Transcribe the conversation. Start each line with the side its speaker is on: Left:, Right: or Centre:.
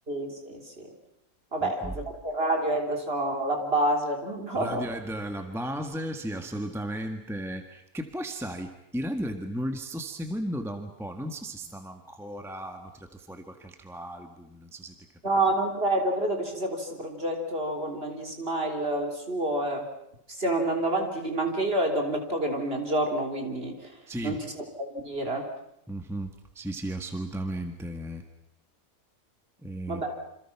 Right: sì, sì, sì. Vabbè,
Centre: Mm-mm.
Right: ovviamente il Radiohead sono la base, <laughs> no?
Centre: Radiohead la base, sì, assolutamente. Che poi sai, i Radiohead non li sto seguendo da un po', non so se stanno ancora, hanno tirato fuori qualche altro album, non so se ti è capitato
Right: No, non
Centre: di...
Right: credo, credo che ci sia questo progetto con gli Smile, il suo, e stiano andando avanti lì, ma anche io è da un bel po' che non mi aggiorno, quindi
Centre: Sì,
Right: non ti so dire.
Centre: Mhm. Sì, sì, assolutamente. E-
Right: Vabbè,